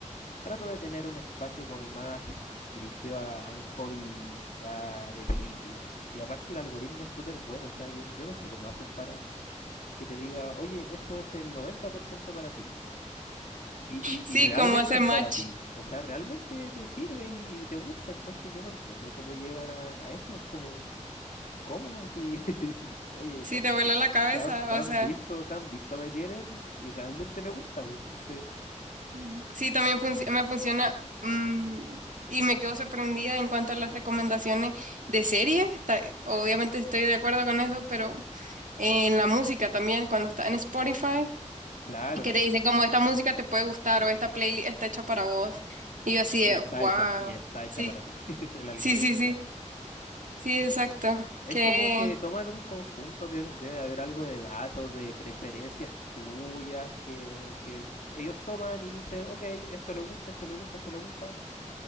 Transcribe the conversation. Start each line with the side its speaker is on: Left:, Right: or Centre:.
Left: Trato de tener un espacio como más dirigido a, a un hobby ya de película. Y aparte el algoritmo es súper bueno, o sea, yo, yo no sé cómo hacen para que te diga, oye, esto es el 90% para ti. Y,
Right: Sí,
Left: y, y realmente
Right: como hacer
Left: es
Right: match.
Left: para ti, o sea, realmente te sirve y te gusta, entonces yo no entiendo cómo llegan a, a eso, es como, ¿cómo? Si, <laughs> oye,
Right: Sí,
Left: tan,
Right: te vuela la cabeza.
Left: tan, tan
Right: O sea,
Left: visto, tan visto me tienen y realmente me gusta, pues entonces,
Right: Ujú. sí, también funci- me funciona. mm, y me quedo sorprendida en cuanto a las recomendaciones de series. Ta- Obviamente estoy de acuerdo con eso, pero en la música también, cuando está en Spotify,
Left: claro,
Right: que te dice como esta música te puede gustar o esta playlist está hecha para vos. Y yo así de,
Left: y está
Right: wow.
Left: hecha, y está hecha
Right: Sí,
Left: para ti, <laughs> el algoritmo.
Right: sí, sí, sí. Sí, exacto.
Left: Es
Right: Que
Left: como que toman un conjunto, de- debe haber algo de datos, de preferencias tuyas, que, que ellos toman y dicen, ok, esto le gusta, esto le gusta, esto le gusta,